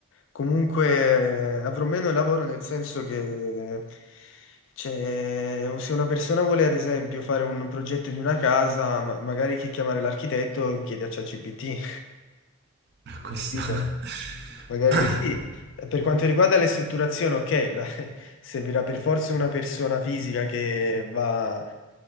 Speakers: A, on the left (about 55°); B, on the right (about 50°).
A: comunque eh, avrò meno lavoro nel senso che cioè, se una persona vuole ad esempio fare un progetto di una casa, ma- magari che chiamare l'architetto chiede a ChatGPT.
B: <laughs> Questo.
A: capito?
B: <coughs>
A: Magari sì, per quanto riguarda le strutturazioni, ok, la- <laughs> servirà per forza una persona fisica che va,